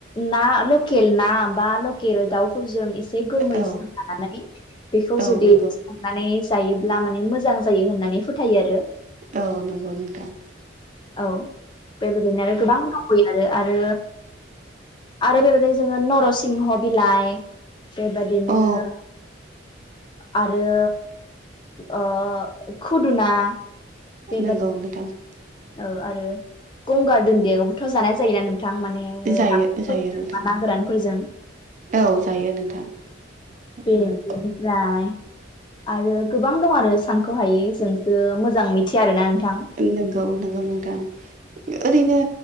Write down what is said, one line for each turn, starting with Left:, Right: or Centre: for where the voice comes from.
Left: ना लकेल ना बा लकेल दाउफोरजों एसे बे गोमै
Right: औ
Left: सिनखा नालाय खौ
Right: औ
Left: जुदि
Right: नंगौ
Left: संनानै जायोब्ला माने मोजां जायो होननानै फोथायो आरो
Right: औ नंगौ नोंथां।
Left: औ बेबायदिनो आरो गोबां दं आरो आरो आरो बेबायदिनो जोङो नर' सिंह बिलाइ बेबादिनो
Right: औ
Left: आरो ओ खुदुना बेबादि
Right: नोंगौ नोंथां।
Left: औ आरो गंगार दुन्दियाखौबोथ' जानाय जायोना नोंथां माने नामफोरजों
Right: जायो जायो नोंथां
Left: बा ना गोरानफोरजों
Right: औ जायो नोंथां।
Left: पेन्ट
Right: औ
Left: बेनिफ्राय आरो गोबां दं आरो सानख'हायै जोंसो मोजां मिथिया आरोना नोंथां।
Right: ओं नंगौ-नंगौ नोंथां ओरैनो